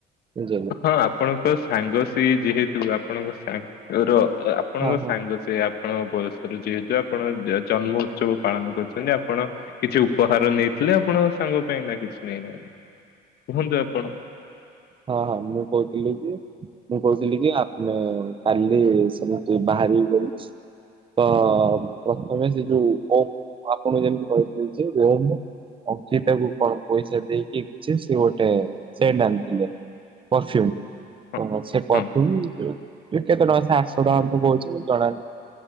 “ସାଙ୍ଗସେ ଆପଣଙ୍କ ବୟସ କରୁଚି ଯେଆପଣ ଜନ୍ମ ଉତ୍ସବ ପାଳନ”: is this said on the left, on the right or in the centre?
Left